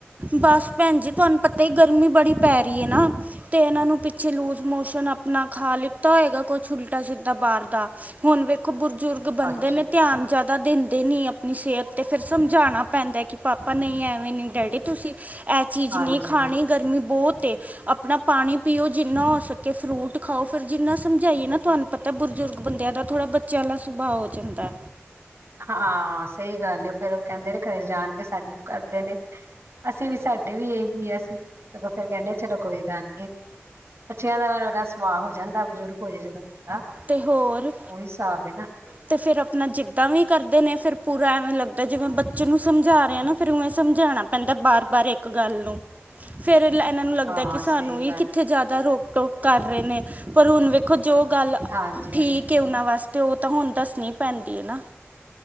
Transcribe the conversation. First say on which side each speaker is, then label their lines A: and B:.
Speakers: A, on the right; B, on the right.
A: ਬਸ ਭੈਣ ਜੀ ਤੁਹਾਨੂੰ ਪਤਾ ਗਰਮੀ ਬੜੀ ਪੈ ਰਹੀ ਏ ਨਾ। ਤੇ ਇਹਨਾ ਨੂੰ ਪਿੱਛੇ ਲੂਜ ਮੋਸ਼ਨ ਆਪਣਾ ਖਾ ਲਿਤਾ ਹੋਏਗਾ ਕੁਛ ਉਲਟਾ ਸਿੱਧਾ ਬਾਹਰ ਦਾ ਹੁਣ ਵੇਖੋ ਬਜੁਰਗ ਬੰਦੇ
B: ਅੱਛਾ
A: ਨੇ
B: ਅੱਛਾ
A: ਧਿਆਨ ਜਾਦ ਦੇਂਦੇ ਨੀ ਆਪਣੀ ਸਿਹਤ ਤੇ ਫਿਰ ਸਮਝਾਣਾ ਪੈਂਦਾ ਕਿ ਪਾਪਾ ਨਹੀ ਐਵੇ ਨਹੀ ਡੈਡੀ ਤੁਸੀ ਇਹ ਚੀਜ਼
B: ਹਾਂਜੀ
A: ਨਹੀਂ ਖਾਣੀ
B: ਹਾਂਜੀ
A: ਗਰਮੀ ਬਹੁਤ ਏ। ਆਪਣਾ ਪਾਣੀ ਪੀਓ ਜਿਨਾ ਹੋ ਸਕੇ ਫਰੂਟ ਖਾਓ ਫਿਰ ਜਿਨਾ ਸਮਝਾਈਏ
B: ਹਮ,
A: ਨਾ ਤੁਹਾਨੂੰ ਪਤ ਪਤਾ ਬਜ਼ੁਰਗ ਬੰਦਿਆਂ ਦਾ ਥੋੜ੍ਹਾ ਬੱਚਿਆਂ ਵਾਲਾ ਸੁਭਾਅ ਹੋ ਜਾਂਦਾ।
B: ਹਾਂ ਸਹੀ ਗੱਲ ਏ ਫੇਰ ਉਹ ਕਹਿਦੇ ਨੇ ਖਰੇ ਜਾਣ ਕੇ ਸਾਨੂੰ ਕਰਦੇ ਨੇ। ਅਸੀ ਵੀ ਸਾਡੇ ਵੀ ਇਹੀ ਹੈ ਅਸੀ ਅਗੋ ਫੇਰ ਕਹਿਨੇ ਆਂ ਚਲੋ ਕੋਈ ਗੱਲ ਨੀ। ਬੱਚੀਆਂ ਦਾ ਵਰਗਾ ਸੁਭਾਵ ਹੋ ਜਾਂਦਾ ਬਜ਼ੁਰਗ ਹੋ ਜੇ ਜਦੋਂ। ਬੰਦਾ
A: ਤੇ ਹੋਰ?
B: ਉਹੀ ਹਿਸਾਬ ਏ ਨਾ।
A: ਅਤੇ ਫਿਰ ਆਪਣਾ ਜਿਦਾਂ ਵੀ ਕਰਦੇ ਨੇ ਫਿਰ ਪੂਰਾ ਐਵੇ ਲਗਦਾ ਜਿਵੇ ਬੱਚੇ ਨੂੰ ਸਮਝਾ ਰਹੇ ਆਂ ਨਾ ਫਿਰ ਉਵੇ ਸਮਝਾਣਾ ਬੰਦਾ ਬਾਰ ਬਾਰ ਏਕ ਗੱਲ ਨੂੰ ਫੇਰ ਇਹਨਾ ਨੂੰ ਲਗਦਾ
B: ਹਾਂ
A: ਕਿ ਸਾਨੂੰ
B: ਸਹੀ
A: ਹੀ
B: ਗੱਲ
A: ਕਿਥੇ ਜਿਆਦਾ ਰੋਕ-ਟੋਕ ਕਰ ਰਹੇ ਨੇ- ਪਰ ਹੁਣ ਵੇਖੋ ਜੋ, ਗੱਲ
B: ਹਾਂਜੀ
A: ਠੀਕ
B: ਹਾਂਜੀ
A: ਹੈ। ਉਹਨਾ ਵਾਸਤੇ ਉਹ ਤਾਂ ਹੁਣ ਦਸਣੀ ਪੈਦੀ ਹੈ। ਨਾ-